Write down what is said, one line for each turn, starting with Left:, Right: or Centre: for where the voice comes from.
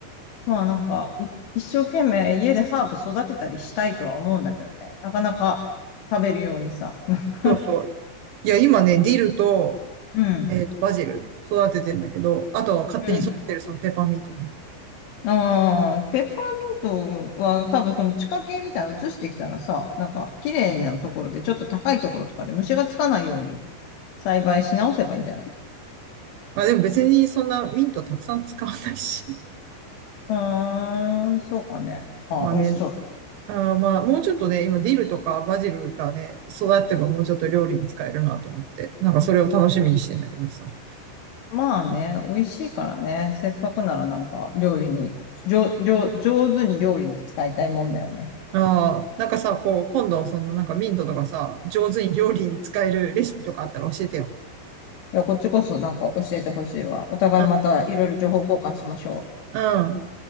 Left: まあなんか、い一生懸命家でハーブ育てたりしたいとは思うんだけどね。なかなか食べるようにさ。<laughs>
Right: そうそう。いや、今ね、ディルと、
Left: うん、
Right: えっと、バジル育ててんだけど、あとは勝手に育てるそのペーパーミントね。
Left: うん。ああ、ペッパーミントは多分その地下茎みたいなの移してきたらさ、なんか綺麗なところでちょっと高いところとかで虫がつかないように栽培し直せばいいんじゃない
Right: まあでも別にそんなミントたくさん使わないし。
Left: うーん、そうかね。
Right: <laughs>
Left: まあ、
Right: まあね、
Left: 美味しそうだ。
Right: あーまあもうちょっとね、今ディルとかバジルがね、育ってばもうちょっと料理に使えるなと思って、なんかそれを楽しみにしてんだけどさ。
Left: まあね、美味しいからね。せっかくならなんか料理に、じょ、料上手に料理に使いたいもんだよね。
Right: ああ、なんかさ、こう、今度そのなんかミントとかさ、上手に料理に使えるレシピとかあったら教えてよ。
Left: いや、こっちこそなんか教えてほしいわ。お互いまたいろいろ情報交換しましょう。
Right: うん。うん